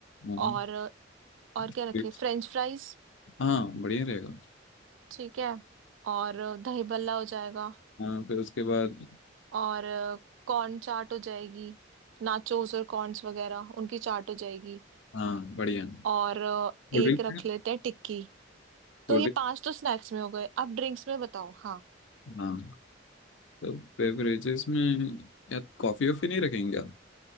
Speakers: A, on the left; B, on the right.
A: हाँ
B: और और क्या
A: sweets-
B: रखे फ्रेंच फ्राइज
A: हाँ, बढ़िया रहेगा
B: ठीक है और दही भल्ला हो जाएगा
A: हाँ फिर उसके बाद
B: और कॉर्न चाट हो जाएगी नाचोस और कॉर्न्स वगैरह उनकी चाट हो जाएगी
A: हाँ बढ़िया
B: और
A: Cold
B: एक
A: drink
B: रख लेते हैं टिक्की
A: Cold
B: तो ये
A: drink
B: पांच तो स्नैक्स में हो गए अब ड्रिंक्स में बताओ हाँ
A: हाँ तो बेवरेजेस में यार कॉफ़ी वॉफ़ी नहीं रखेंगे